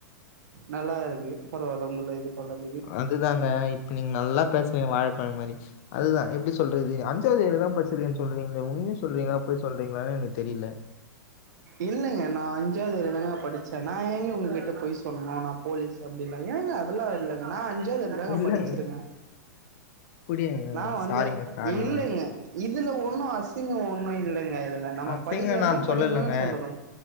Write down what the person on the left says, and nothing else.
அதுதாங்க இப்ப நீங்க நல்லா பேசுறீங்க வாழப்பழ மாரி அதுதான் எப்படி சொல்றது அஞ்சாவது வரைக்கு தா படிச்சிருக்கீங்கன்னு சொல்றீங்களே உண்மைய சொல்றீங்களா பொய் சொல்றீங்களானே எனக்கு தெரில
இல்லங்க
அப்டியாங்க
சாரிங்க சாரிங்க
அசிங்க
நான் சொல்லலங்க